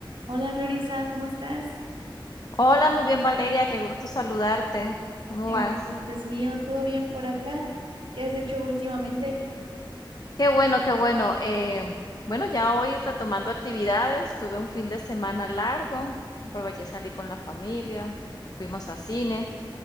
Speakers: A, on the right (about 80°); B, on the left (about 50°).
A: Hola Florisa, ¿cómo estás?
B: Hola, muy bien Valeria, qué gusto saludarte. ¿Cómo
A: Eh,
B: vas?
A: gusto es mío, ¿todo bien por acá? ¿Qué has hecho últimamente?
B: Qué bueno, qué bueno. Eh, bueno, ya hoy retomando actividades, tuve un fin de semana largo, aproveché, salí con la familia, fuimos a cine,